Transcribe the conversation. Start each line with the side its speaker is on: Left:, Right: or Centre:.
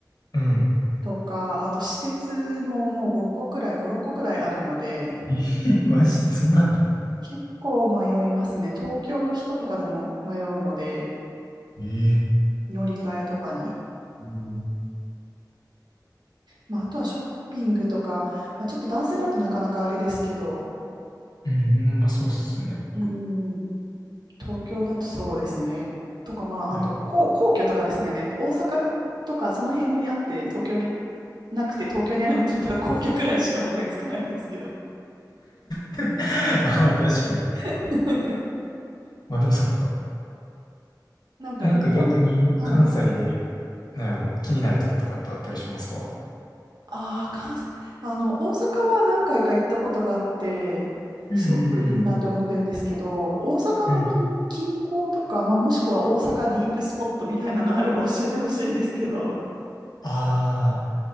Left: うん。
Right: とか、あと私鉄ももう5個くらい、5、6個くらいあるので、
Left: えー <laughs> マジでそんなんの
Right: 結構迷いますね。東京の人とかでも迷うので、
Left: ええ
Right: 乗り換えとかに。
Left: うん。
Right: まあ、あとはショッピングとか、まあ、ちょっと男性だとなかなかあれですけど、
Left: うん、まあそうっすね。
Right: うん。東京だとそうですね。とか、まあ、
Left: はい。
Right: あと、皇皇居とかですがね、大阪とかその辺にあって、東京になくて、東京にあるものといったら皇居くらいしか思いつかないんですけど、
Left: <laughs> ああ、確かに。
Right: <laughs>
Left: まあでもそっか。
Right: なんか一般、
Left: え、なんか逆に関西で、
Right: はい。
Left: なんやろ、気になるとことかってあったりしますか
Right: ああ、関西、あの、大阪は何回か行ったことがあって、
Left: うんう
Right: すごくいいなって思ってるんですけど、
Left: ん
Right: 大阪の近、
Left: うん。うん。
Right: 近郊とか、まあ、もしくは大阪ディープスポットみたいなのあれば教えてほしいんですけど、
Left: ああ、